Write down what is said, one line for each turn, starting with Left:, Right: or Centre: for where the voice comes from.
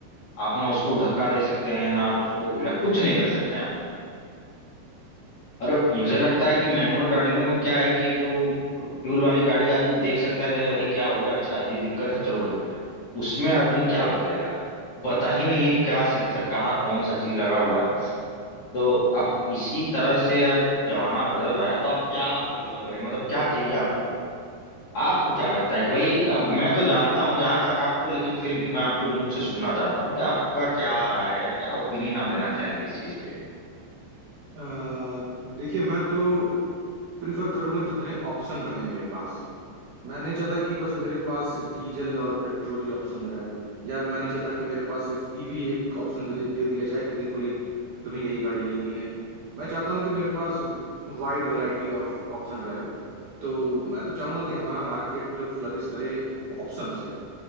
Left: आप ना उसको धक्का दे सकते हैं ना आप उसको हिला कुछ नहीं कर सकते हैं आप और मुझे लगता है कि मैनुअल गाड़ियों में क्या है कि ये जो फ्यूल वाली गाड़ी आदमी देख सकता है कि अरे भाई क्या हो गया अच्छा ये दिक्कत है चलो बदल उसमें आदमी क्या बदलेगा पता ही नहीं है क्या सेंसर कहाँ कौन सा चीज लगा हुआ है तो अब इसी तरह से अब जमाना बदल रहा है तो आप क्या प्रिफर करेंगे मतलब क्या चाहिए आपको आपको क्या लगता है कि भाई अब मैं तो जानता हूं जहां तक आपको लेकिन फिर भी मैं आपके मुंह से सुनना चाहता हूँ कि आपका क्या राय है या क्या ओपिनियन आप देना चाहेंगे इस चीज पे
Right: अ, देखिए मैं तो प्रिफर करूंगा जितने ऑप्शन रहे मेरे पास मैं नहीं चाहता कि बस मेरे पास डीजल और पेट्रोल ही ऑप्शन रहे या मैं नहीं चाहता कि मेरे पास सिर्फ ईवी एक ऑप्शन दे, दे दिया जाए कि देखो ये तुम्हें यही गाड़ी लेनी है मैं चाहता हूँ कि मेरे पास वाइड वैरायटी ऑफ ऑप्शन रहे तो मैं तो चाहूंगा कि हमारा मार्केट फ्लरिश करे ऑप्शन से